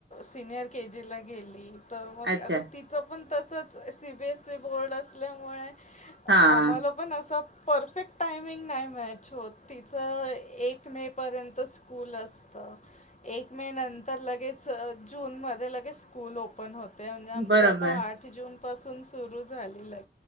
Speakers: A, on the left; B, on the right.
A: सिनियर के जीला गेली त मग
B: अच्छा
A: आता तिचं पण तसंच C B S E board असल्यामुळे
B: हा
A: आम्हाला पण असं. परफेक्ट टायमिंग नाही मॅच होत तिचं एक मे पर्यंत स्कूल असत, एक मे नंतर लगेच जून मध्ये लगेच स्कूल ओपन होत. ते म्हणजे आमच्या
B: बरोबर
A: आता आठ जून पासून सुरू झाली ल